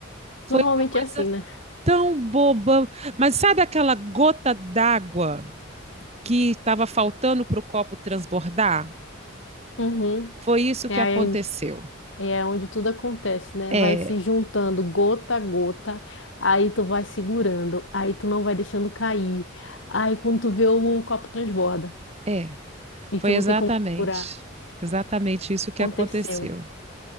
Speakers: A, on the left (about 70°); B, on the right (about 30°).
A: Normalmente
B: Foi uma coisa
A: é assim, né?
B: tão boba. Mas sabe aquela gota d'água que estava faltando para o copo transbordar?
A: Uhum.
B: Foi isso
A: É,
B: que
A: aí
B: aconteceu.
A: E é onde tudo acontece, né?
B: É,
A: Vai se juntando gota a gota, aí tu vai segurando, aí tu não vai deixando cair. Aí quando tu vê o copo transborda
B: é,
A: e
B: foi
A: tu não
B: exatamente,
A: tem como segurar.
B: exatamente isso que
A: Aconteceu.
B: aconteceu.